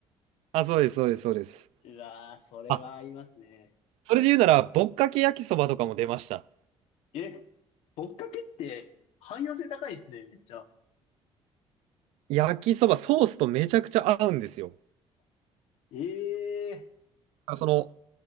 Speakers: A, on the right; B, on the left.
A: あ、そうです、そうです、そうです。
B: うわー、それは合いますね。
A: あそれで言うなら、ぼっかけ焼きそばとかも出ました。
B: え、ぼっかけって汎用性高いですね、めっちゃ。
A: 焼きそば、ソースとめちゃくちゃ合うんですよ。
B: あ、ええ
A: あその、